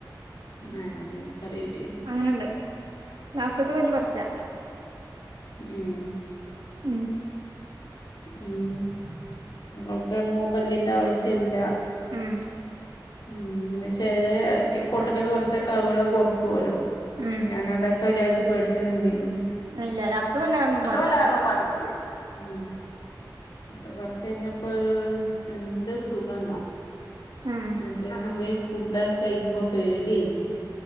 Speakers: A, on the left (about 85°); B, on the right (about 85°).
A: ഏ അതിനിക്കറീല്ലേനി
B: അങ്ങനെണ്ട് ലാസ്റ്റ്ത്തെ പല്ല് പറിച്ചാ
A: ഉം
B: ഉം
A: ഉം <unintelligible> പെട്ന്നൊ പല്ലിന്റെ ആവശ്യല്ല
B: ഉം
A: ഉം ങ്ങനെ ചെലേ ഈ കോട്ടലൊക്കെ പറിച്ചാ കവികളൊക്കെ ഒട്ടുവല്ലോ
B: ഉം
A: ഞാനതൊക്കെ വിചാ ട്ട് പേടിച്ച് നിന്നീനി
B: ഇല്ല ലാസ്റ്റ് വല്ലാതൊന്നും
A: അത്
B: ബാധിക്കൂ
A: വല്ലാതൊന്നും ഉം ഇത്ര പറ്ച്ചഴിഞ്ഞപ്പോര് എന്തൊരു സുഖാന്നൊ
B: ഉം
A: മറ്റേത് എന്തെ ഫുഡെക്ക് കഴിക്കുമ്പോ പേടിയേനി